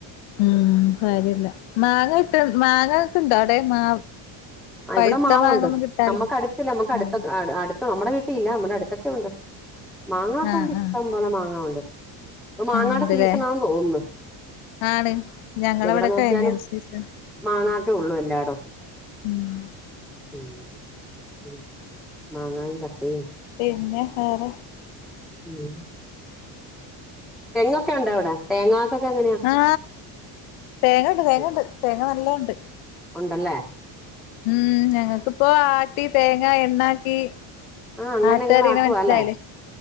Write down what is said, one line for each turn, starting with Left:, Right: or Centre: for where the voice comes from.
Left: ഉം കരിയല്ല. മാങ്ങട്ട മാങ്ങ ഒക്കെ ഇണ്ടോ അവിടെ മാ.. പഴുത്ത
Centre: ഇവിടെ മാവുണ്ട്.
Left: മാങ്ങൊന്നും കിട്ടാല്
Centre: നമ്മുക്ക് അടുത്തില്ല നമ്മുക്ക് അടുത്ത
Left: ആഹ്
Centre: അടുത്ത നമ്മുടെ വീട്ടില്ല നമ്മടെ അടുത്തൊക്കെ ഉണ്ട് മാങ്ങ ഒക്കെണ്ട്
Left: ആഹ്
Centre: ഇഷ്ടം
Left: ആഹ്
Centre: പോലെ മാങ്ങ ഉണ്ട് ഇപ്പൊ മാങ്ങടെ
Left: ആഹ് ഉണ്ട്ല്ലേ
Centre: സീസൺാണെന്ന് തോന്നുന്നു
Left: ആണ് ഞങ്ങളവിടെ
Centre: എവിടെ നോക്കിയാലും
Left: കഴിഞ്ഞേന് സീസൺ
Centre: മാങ്ങക്കെ ഉള്ളൂ എല്ലാടോ
Left: ഉം
Centre: ഉ ഉ മാങ്ങായും ചക്കയും
Left: പിന്നെ വേറെ
Centre: ഉം തെങ്ങൊക്കെ ഉണ്ടോവിടെ തേങ്ങക്കെങ്ങനെയാണ്
Left: ആ് തേങ്ങ ഇണ്ട് തേങ്ങ
Centre: ഉം.
Left: ഇണ്ട് തേങ്ങ നല്ലോംണ്ട്
Centre: ഉണ്ടല്ലേ
Left: ഉം ഞങ്ങക്കിപ്പോ
Centre: ആ,
Left: ആട്ടി തേങ്ങ എണ്ണാട്ടി
Centre: അങ്ങനെ
Left: ആ അട്ടറിനെ
Centre: നിങ്ങൾ ആട്ടുവാ
Left: മനസ്സിലായില്ലേ
Centre: അല്ലേ